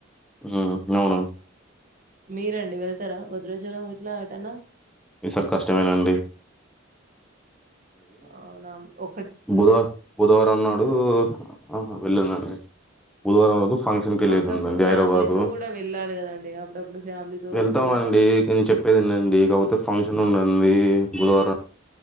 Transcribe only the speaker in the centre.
ఉమ్ అవునవును
ఈసారి కష్టమేనండి
బుధవ బుధవారం నాడు ఆహా వెళ్ళినండి బుధవారం రోజు ఫంక్షన్ కెళ్ళేదుందండీ
హైదరాబాదు
వెళ్తామ
అండి కానీ చెప్పేదినండి కాకపోతే ఫంక్షన్ ఉందండీ బుధవారం